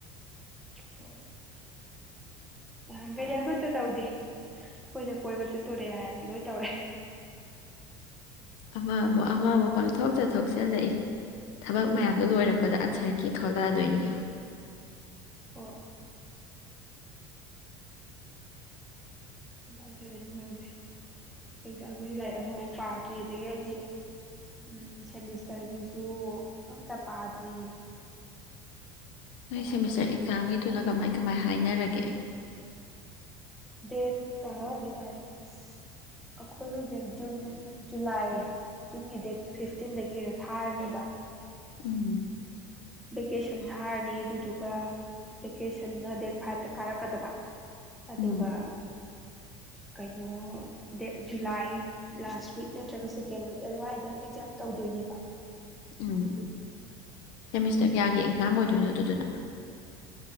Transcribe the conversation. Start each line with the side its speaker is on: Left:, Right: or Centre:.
Centre: ꯍꯣꯏ ꯇꯍꯥꯟꯈꯩꯗꯤ ꯑꯃꯠꯇ ꯇꯧꯗꯦ ꯑꯩꯈꯣꯏꯅ ꯀꯣꯏꯕ ꯆꯠꯇꯣꯔꯦ ꯍꯥꯏꯔꯗꯤ ꯂꯣꯏ ꯇꯧꯔꯦ
Left: ꯑꯃ ꯑꯃꯨ ꯑꯃ ꯑꯃꯨꯛ ꯄꯥꯡꯊꯣꯛ ꯆꯠꯊꯣꯛ ꯆꯜꯂꯛꯏ ꯊꯕꯛ ꯃꯌꯥꯝꯗꯨꯣ ꯂꯣꯏꯔꯛꯄꯗ ꯑꯟꯁꯔ ꯀꯤ ꯊꯣꯛꯂꯛꯑꯗꯣꯏꯅꯤ ꯌꯦꯡꯉ
Centre: ꯍꯣꯏ ꯑꯗꯨꯃꯥꯏꯅ ꯇ ꯂꯣꯏꯅ ꯈꯪꯗꯦ ꯑꯦꯛꯖꯥꯝꯒꯤꯁꯨ ꯂꯥꯏꯔꯤꯛ ꯑꯃꯐꯥꯎ ꯄꯥꯗ꯭ꯔꯤ ꯑꯗꯒꯤ ꯑꯩꯗꯤ ꯎꯝ ꯁꯦꯃꯤꯁꯇꯔꯒꯤꯁꯨ ꯑꯝꯇ ꯄꯥꯗ꯭ꯔꯤ
Left: ꯅꯣꯏ
Centre: ꯀꯃꯥꯏꯅ
Left: ꯁꯦꯃꯤꯁꯇꯔ
Centre: ꯇꯧꯗꯣꯏꯅꯣ
Left: ꯑꯦꯛꯖꯥꯝꯒꯤꯗꯨꯅ
Centre: ꯈꯪꯗꯦꯗ
Left: ꯀꯃꯥꯏꯧ ꯀꯃꯥꯏ ꯍꯥꯏꯅꯔꯒꯦ
Centre: ꯗꯦ ꯗ ꯑꯁ ꯑꯩꯈꯣꯏ ꯍꯧꯖꯤꯛ ꯖꯨꯟ ꯖꯨꯂꯥꯏ ꯖꯨꯟꯒꯤ ꯗꯦꯠ ꯐꯤꯐꯇꯤꯟꯗꯒꯤꯩꯅꯣ ꯊꯥꯔꯅꯦꯕ
Left: ꯎꯝ
Centre: ꯚꯦꯀꯦꯁꯟ ꯊꯥꯔꯅꯤ ꯑꯗꯨꯗꯨꯒ ꯚꯦꯀꯦꯁꯟꯅ ꯗꯦꯠ ꯐꯥꯏꯚꯇ ꯀꯥꯔꯛꯀꯗꯕ ꯑꯗꯨꯒ
Left: ꯎꯝ
Centre: ꯀꯩꯅꯣ ꯗꯦꯠ ꯖꯨꯂꯥꯏ ꯂꯥꯁ ꯋꯤꯛ ꯅꯠꯇ꯭ꯔꯒ ꯁꯦꯀꯦꯟ ꯋꯤꯛ ꯑꯗꯨꯋꯥꯏꯗ ꯑꯦꯛꯖꯥꯝ ꯇꯧꯗꯣꯏꯅꯦꯕ
Left: ꯎꯝ ꯁꯦꯃꯤꯁꯇꯔ ꯀꯌꯥꯒꯤ ꯑꯦꯛꯖꯥꯝ ꯑꯣꯏꯗꯣꯏꯅꯣ ꯑꯗꯨꯗꯨꯅ